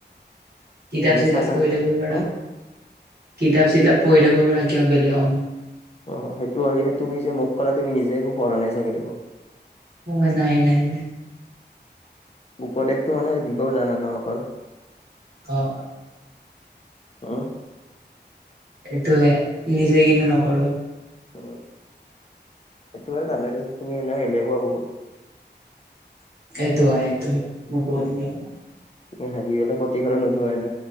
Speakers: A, on the right (about 60°); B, on the left (about 35°).
A: কিতাপ
B: বাকী
A: চিতাপ
B: চাহ চাহ
A: পঢ়ি থাক পাৰা
B: হম
A: কিতাপ চিতাপ পঢ়ি থাকিব পাৰা <unintelligible> বেলেগ
B: অ সেইটো হয় কি তুমি যে মোক কলা তুমি নিজে একো পঢ়া নাই চাগে দেখো
A: অ, নাই-নাই-নাই
B: উপদেশটো মানে দিব জানা ন অকল <unintelligible>
A: অ
B: হা
A: এইটোয়ে, নিজে কিন্তু নকৰো।
B: হয়, এইটো জানো দেচোন, তুমি এনে এলেহুৱা বহুত
A: সেইটো হয়, সেইটো হয়, মই বহুত
B: উম
A: এলেহুৱা।
B: তুমি হাগি পেলাই, কতিখন নোধোৱাই ন?